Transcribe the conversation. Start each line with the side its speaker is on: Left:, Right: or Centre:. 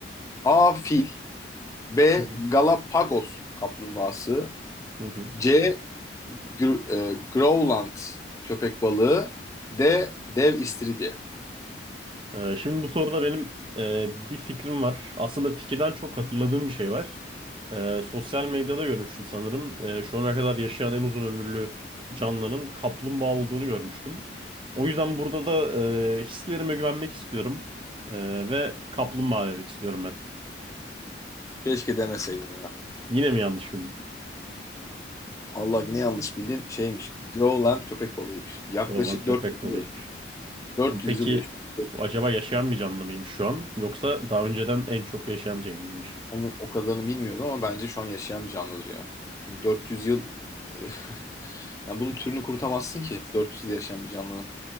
Left: A. Fil. B.
Right: Hı hı.
Left: Galapagos kaplumbağası.
Right: Hı hı.
Left: C. Gr- e, Growland köpek balığı. D. Dev istiridye.
Right: Ee, şimdi bu soruda benim e, bir fikrim var. Aslında fikirden çok hatırladığım bir şey var. Ee, sosyal medyada görmüştüm sanırım. Ee, şu ana kadar yaşayan en uzun ömürlü canlının kaplumbağa olduğunu görmüştüm. O yüzden burada da e, hislerime güvenmek istiyorum. Ee, ve kaplumbağa demek istiyorum ben.
Left: Keşke demeseydin ya.
Right: Yine mi yanlış bildim?
Left: Allah yine yanlış bildin. Şeymiş. Growland köpek balığıymış. Yaklaşık
Right: Koalan köpek
Left: 400
Right: balığıymış.
Left: yıl yaşıyor. 400
Right: Peki
Left: yıl yaşıyor.
Right: bu acaba yaşayan bir canlı mıymış şu an? Yoksa daha önceden en çok yaşayan şey miymiş?
Left: Onu, o kadarını bilmiyorum ama bence şu an yaşayan bir canlıdır ya. Çünkü 400 yıl <laughs> yani bunun türünü kurutamazsın ki 400 yıl yaşayan bir canlının.